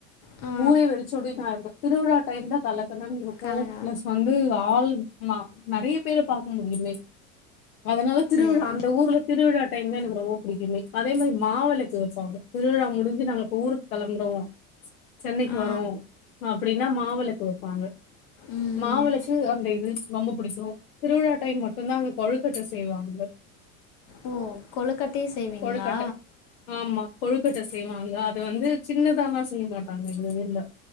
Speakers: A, on the left; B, on the left.
A: ஆ
B: ஊரே வெறிச்சோட நான் இரு திருவிழா டைம் தான் தல <inaudible>
A: கலகலா
B: பிளஸ் வந்து ஆள் ஆமா நெறைய பேரை பாக்க முடியுமே அதனால திருவிழா
A: சரி
B: அந்த ஊர்ல திருவிழா டைம் தான் எனக்கு ரொம்ப புடிக்குமே அதே மாரி மாவளுக்கு வைப்பாங்க திருவிழா முடிஞ்சு நாங்க போ ஊருக்கு கிளம்புறோம் சென்னைக்கு
A: ஆ
B: வரோம் அப்டின்னா மாவளுக்கு வைப்பாங்க
A: ம்
B: மாவுளச்சு அட இது ரொம்ப புடிக்கும் திருவிழா டைம் மட்டும்தான் அங்க கொழுக்கட்ட செய்வாங்க
A: ஓ கொழுக்கட்டையும் செய்வீங்களா
B: கொழுக்கட்டை ஆமா கொழுக்கட்ட செய்வாங்க அத வந்து சின்னதாலல்லாம் செய்ய மாட்டாங்க எங்க வீட்டுல